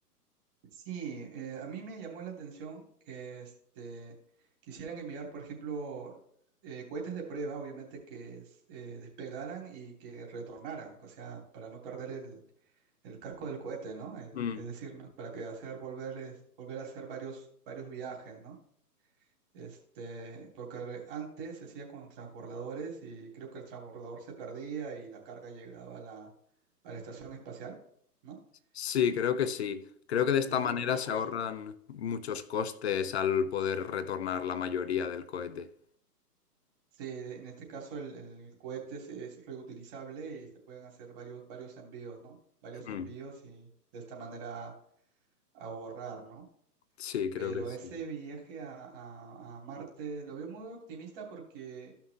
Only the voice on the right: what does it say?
Sí, eh, a mí me llamó la atención que este, quisieran enviar, por ejemplo, eh, cohetes de prueba, obviamente que es- eh, despegaran y que retornaran, o sea, para no perder el, el casco del cohete, ¿no? El-
es decir, ¿no? Para que hacer volver, es- volver a hacer varios, varios viajes, ¿no? Este, porque re- antes se hacía con transbordadores y creo que el transbordador se perdía y la carga llegaba a la, a la estación espacial, ¿no?
Y,
y era
muy costoso.
Sí, de- en este caso el, el cohete es, es reutilizable y se pueden hacer varios, varios envíos, ¿no? Varios
envíos y de esta manera ahorrar, ¿no?
Pero
ese viaje a, a- a Marte lo veo muy optimista porque